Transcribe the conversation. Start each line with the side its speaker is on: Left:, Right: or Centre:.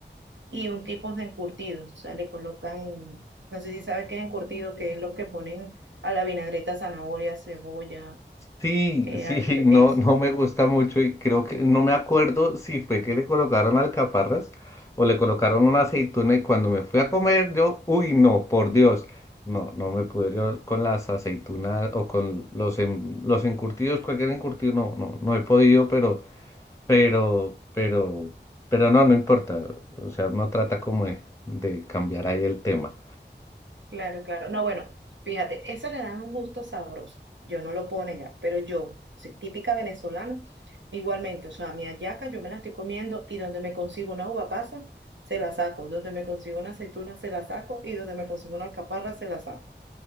Right: y un tipo de encurtido, o sea, le colocan, no sé si sabes qué es encurtido, que es lo que ponen a la vinagreta, zanahoria, cebolla,
Left: Sí,
Right: eh,
Left: sí,
Right: ajito,
Left: <laughs> no,
Right: eso.
Left: no me gusta mucho y creo que no me acuerdo si fue que le colocaron alcaparras o le colocaron una aceituna y cuando me fui a comer yo, uy, no, por Dios, no, no me pude yo con las aceitunas o con los, en- los encurtidos, cualquier encurtido, no, no, no he podido, pero, pero, pero, pero no, no importa, o sea, uno trata como de, de cambiar ahí el tema.
Right: Claro, claro. No, bueno, fíjate, eso le da un gusto sabroso. Yo no lo puedo negar, pero yo, soy típica venezolana, igualmente, o sea, mi hallaca yo me la estoy comiendo y donde me consigo una uva pasa, se la saco, donde me consigo una aceituna, se la saco y donde me consigo una alcaparra, se la saco.